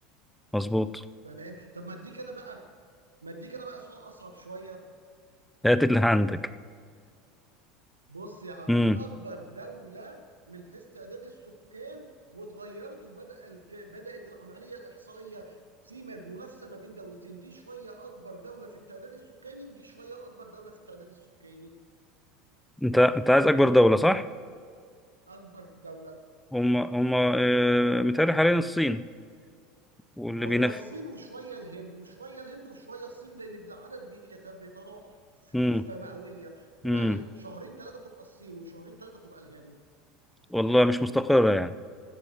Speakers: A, in the centre; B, on the right.
A: مظبوط <laughs>
B: تمام طب ما اديك انا بقى ما اديك انا بقى سؤال اصعب شويه
A: هات اللي عندك
B: بص يا عم
A: امم
B: اكبر دولة من حيث تعداد السكان واتغيرت وبدأ الك... بدأت العملية الإحصائية في م- منافسة ما بين دولتين دي شوية أكبر دولة في التعداد السكاني ودي شوية أكبر دولة في التعداد السكاني
A: انت انت عايز اكبر دوله صح
B: أكبر دولة
A: هم هم آه، متهيألي حاليا الصين واللي
B: هو
A: بينفي
B: الصين وشوية الهند وشوية الهند وشوية الصين لأن العدد بيت- بيتراوح في
A: امم
B: نسبة مئوية
A: امم
B: يعني شهرين ثلاثة تبقى الصين وشهرين ثلاثة تبقى الهند
A: والله مش مستقرة يعني